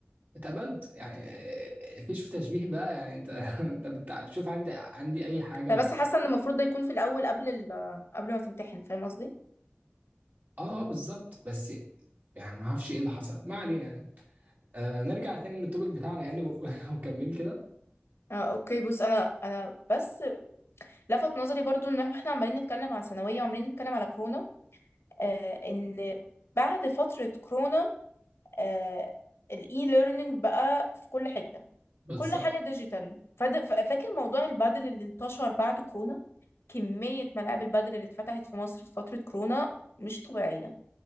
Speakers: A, on the right; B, on the left.
A: اتقبلت يعني آه، الفيش وتشبيه بقى يعني انت <laughs> انت بتشوف عندي عندي اي حاجه
B: انا
A: ولا
B: بس حاسة ان المفروض ده يكون في الاول قبل ال... قبل ما تمتحن فاهم قصدي؟
A: اه آه، بالظبط بس يعني ما اعرفش ايه اللي حصل ما علينا يعني آه نرجع تاني للتوبيك بتاعنا يعني و- <laughs> وكمل كده
B: آه، اوكي بص انا انا بس لفت نظري برضو ان احنا عمالين نتكلم عن ثانوية وعمالين نتكلم على كورونا آه ان بعد فترة كورونا آه الاي ليرنينج بقى في كل حتة
A: بالظبط
B: كل حاجة ديجيتال فد- ف- فاكر موضوع البادل اللي انتشر بعد كورونا كمية ملاعب البادل اللي اتفتحت في مصر في فترة كورونا مش طبيعية